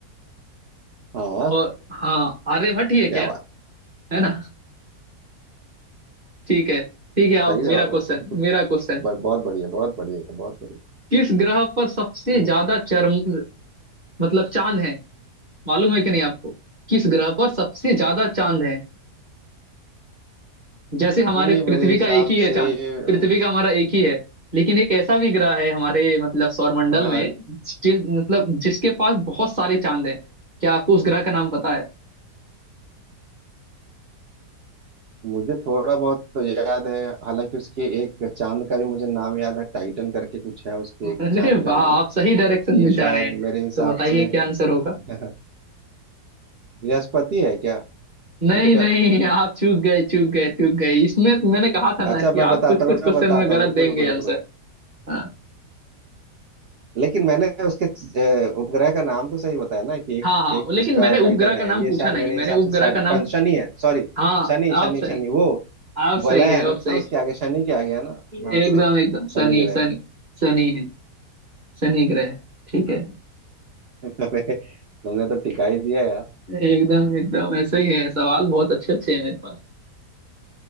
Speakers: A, on the right; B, on the right.
A: हाँ
B: और हाँ आर्यभट्ट ही है क्या
A: क्या बात
B: है ना ठीक है ठीक है अब
A: सही जवाब
B: मेरा क्वेश्चन
A: है हमको
B: मेरा क्वेश्चन
A: ब- बहुत बढ़िया बहुत बढ़िया बहुत बढ़िया
B: किस ग्रह पर सबसे
A: हम्म,
B: ज्यादा चरम मतलब चांद है मालूम है कि नहीं आपको किस ग्रह पर सबसे ज्यादा चांद है जैसे हमारे
A: ये मेरे
B: पृथ्वी
A: हिसाब
B: का एक ही है
A: से
B: चांद
A: अम,
B: पृथ्वी का हमारा एक ही है लेकिन एक ऐसा भी ग्रह है हमारे मतलब सौरमंडल
A: हाँ
B: में जि, मतलब जिसके पास बहुत सारे चांद हैं क्या आपको उस ग्रह का नाम पता है <laughs>
A: मुझे थोड़ा बहुत तो याद है हालांकि उसके एक चांद का भी मुझे नाम याद है टाइटन करके कुछ है उसके
B: अरे
A: एक चांद का
B: वाह आप
A: नाम
B: सही डायरेक्शन
A: ये
B: में जा
A: शायद
B: रहे हैं
A: मेरे हिसाब
B: तो बताइए
A: से
B: क्या आंसर होगा
A: <laughs> बृहस्पति है क्या
B: नहीं
A: जुपिटर
B: नहीं आप चूक गए चूक गए चूक गए इसमें तो मैंने कहा था ना
A: अच्छा
B: कि
A: मैं बताता
B: आप कुछ
A: हूँ
B: कुछ क्वेश्चन
A: मैं बताता
B: में गलत
A: हूँ रुको
B: देंगे
A: रुको
B: आंसर
A: रुको
B: हाँ
A: लेकिन मैंने उसके अ, उपग्रह का नाम तो सही बताया ना कि एक
B: हाँ हाँ
A: एक
B: लेकिन
A: उसका
B: मैंने
A: टाइटन
B: उपग्रह का
A: है
B: नाम
A: ये
B: पूछा
A: शायद
B: नहीं
A: मेरे
B: मैंने
A: हिसाब
B: उपग्रह
A: से सैटर्न
B: का नाम
A: शनि है सॉरी
B: हाँ
A: शनि
B: आप
A: शनि
B: सही
A: शनि वो
B: आप सही
A: वलय
B: है
A: है ना
B: आप सही
A: उसके आगे शनि के आगे है ना
B: एकदम
A: हाँ सही है
B: एकदम शनि
A: शनि ग्रह
B: शनि
A: के
B: शनि है शनि ग्रह ठीक है
A: अरे तुमने तो टिका ही दिया यार
B: एकदम एकदम ऐसा ही है सवाल बहुत अच्छे अच्छे हैं मेरे पास